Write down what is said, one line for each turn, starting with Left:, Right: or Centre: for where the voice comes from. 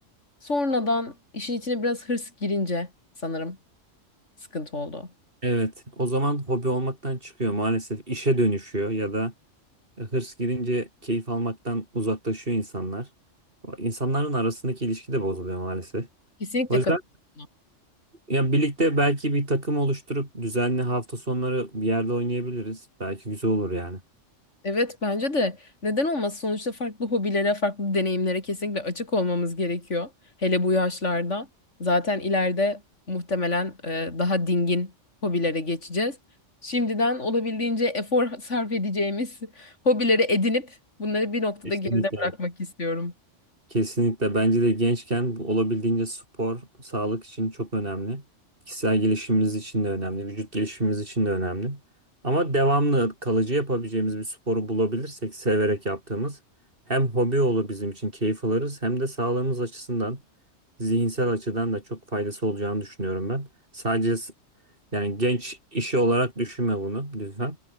Left: Sonradan işin içine biraz hırs girince sanırım sıkıntı oldu.
Right: Evet, o zaman hobi olmaktan çıkıyor maalesef. İşe dönüşüyor ya da e, hırs girince keyif almaktan uzaklaşıyor insanlar. İnsanların arasındaki ilişki de bozuluyor maalesef.
Left: Kesinlikle
Right: O yüzden
Left: katılıyorum.
Right: Ya birlikte belki bir takım oluşturup düzenli hafta sonları bir yerde oynayabiliriz. Belki güzel olur yani.
Left: Evet bence de neden olmaz sonuçta farklı hobilere farklı deneyimlere kesinlikle açık olmamız gerekiyor. Hele bu yaşlarda zaten ileride muhtemelen e, daha dingin hobilere geçeceğiz. Şimdiden olabildiğince efor <laughs> sarf edeceğimiz hobileri edinip bunları bir noktada
Right: Kesinlikle.
Left: geride bırakmak istiyorum.
Right: Kesinlikle bence de gençken bu olabildiğince spor sağlık için çok önemli. Kişisel gelişimimiz için de önemli, vücut gelişimimiz için de önemli. Ama devamlı kalıcı yapabileceğimiz bir sporu bulabilirsek severek yaptığımız hem hobi olur bizim için keyif alırız hem de sağlığımız açısından zihinsel açıdan da çok faydası olacağını düşünüyorum ben. Sadece Yani genç işi olarak düşünme bunu lütfen.